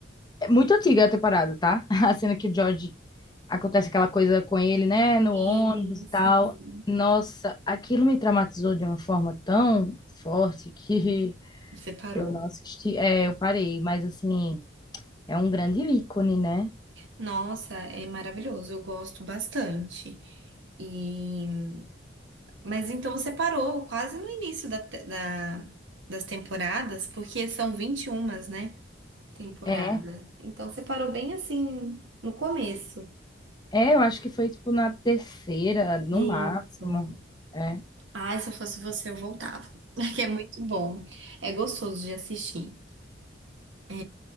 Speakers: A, on the left; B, on the right.
A: É muito antiga a temporada, tá? <laughs> A cena que o George acontece aquela coisa com ele, né? No
B: Sim,
A: ônibus e
B: sim.
A: tal. Nossa, aquilo me traumatizou de uma forma tão forte que <laughs>
B: Você parou.
A: eu não assisti. É, eu parei, mas assim, é um grande ícone, né?
B: Nossa, é maravilhoso, eu gosto bastante. E... Mas então você parou quase no início da, te- da- das temporadas, porque são 21, né? Temporada.
A: É.
B: Então você parou bem assim no começo.
A: É, eu acho que foi tipo na terceira, no
B: E
A: máximo.
B: hum,
A: É.
B: ai, se eu fosse você, eu voltava. <laughs> Que é muito bom. É gostoso de assistir. É,